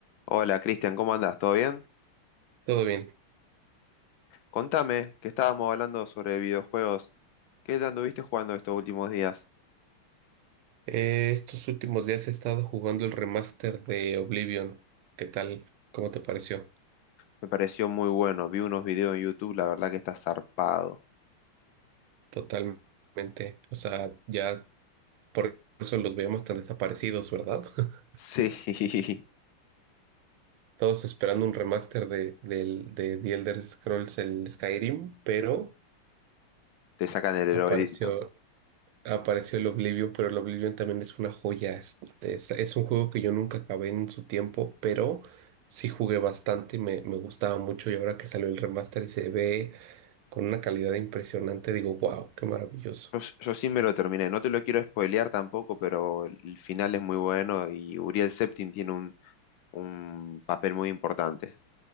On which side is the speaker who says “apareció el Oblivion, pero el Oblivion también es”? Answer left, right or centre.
Right